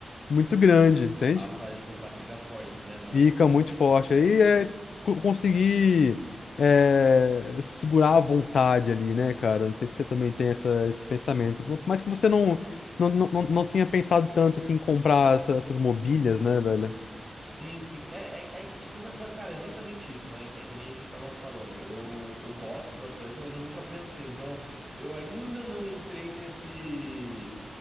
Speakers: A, on the left; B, on the right.
A: muito grande, entende?
B: A vontade de comprar fica forte, né, mano?
A: Fica muito forte. Aí é co- conseguir é, segurar a vontade ali, né, cara? Não sei se você também tem essa, esse pensamento. Por mais que você não, não, não, não não tenha pensado tanto assim, em comprar essa- essas mobílias, né, velho?
B: Sim, sim. É, é, é, tipo, exa- cara, é exatamente isso, né? É que nem a gente tava falando. Eu, eu gosto bastante, mas eu nunca pensei. Então, eu ainda não entrei nesse,